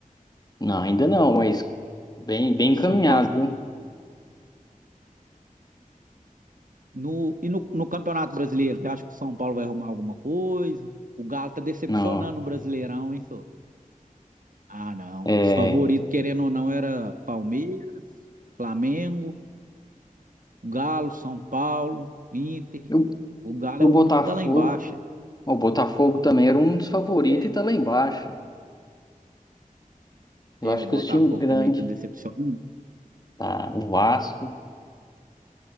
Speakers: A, on the left; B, on the right.
A: Não, ainda não, mas bem, bem
B: São
A: encaminhado,
B: Paulo já...
A: viu?
B: no, e no, no Campeonato Brasileiro, você acha que o São Paulo vai arrumar alguma coisa? O Galo tá decepcionando
A: Não,
B: o Brasileirão, hein, senhor? Ah, não.
A: é.
B: Os favoritos, querendo ou não, era Palmeiras, Flamengo, Galo, São Paulo, Inter.
A: O,
B: O Galo é
A: o
B: o
A: Botafogo,
B: único que tá lá embaixo.
A: o Botafogo também era um dos favoritos
B: É.
A: e tá lá embaixo. Eu
B: É,
A: acho
B: o Botafogo
A: que os times grandes,
B: também tá decepcionando.
A: tá? O Vasco,